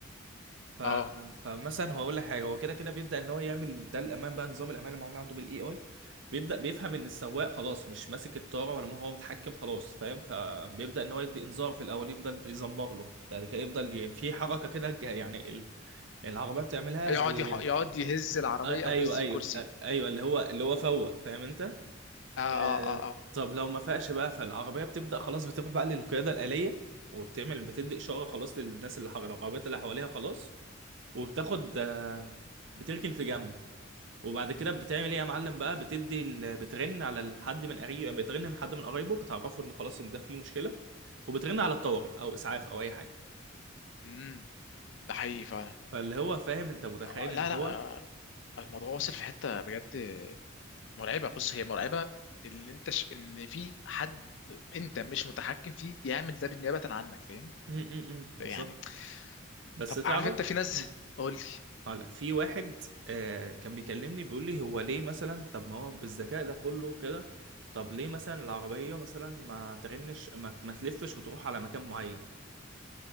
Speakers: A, on the right (about 65°); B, on the left (about 65°).
A: ف...
B: اه
A: فمثلا هو اقول لك حاجه هو كده كده بيبدا ان هو يعمل ده الامان بقى نظام الامان اللي معمول عنده بالاي اي بيبدا بيفهم ان السواق خلاص مش ماسك الطاره ولا هو متحكم خلاص فاهم فبيبدا ان هو يدي انذار في الاول يفضل يزمر له يعني كده يفضل ي... في حركه كده ج- يعني ال... العربيه بتعملها
B: يقعد
A: زي
B: يح- يقعد يهز العربيه
A: أ- ايوه
B: او يهز
A: ايوه
B: الكرسي
A: أ- ايوه اللي هو اللي هو فوق فاهم انت
B: اه اه
A: آه...
B: اه اه
A: طب لو ما فاقش بقى فالعربيه بتبدا خلاص بتروح بقى للقياده الاليه وبتعمل بتدي اشاره خلاص للناس اللي حواليها العربيات اللي حواليها خلاص وبتاخد آه، بتركن في جنب وبعد كده بتعمل ايه يا معلم بقى بتدي ال... بترن على حد من قريب يعني بترن من حد من قرايبه بتعرفه ان خلاص ان ده فيه مشكله وبترن على الطوارئ او اسعاف او اي حاجه
B: امم ده حقيقي فعلا
A: فاللي هو فاهم انت متخيل
B: آه لا
A: ان هو
B: لا آه الموضوع واصل في حته بجد مرعبه بص هي مرعبه اللي انت ش... ان في حد انت مش متحكم فيه بيعمل ده بالنيابه عنك فاهم
A: م- م- م، بالظبط
B: يعني
A: بس
B: طب
A: تعرف
B: عارف انت في ناس
A: م.
B: قول لي
A: هقول لك في واحد آه كان بيكلمني بيقول لي هو ليه مثلا طب ما هو بالذكاء ده كله وكده طب ليه مثلا العربيه مثلا ما ترنش ما, ما تلفش وتروح على مكان معين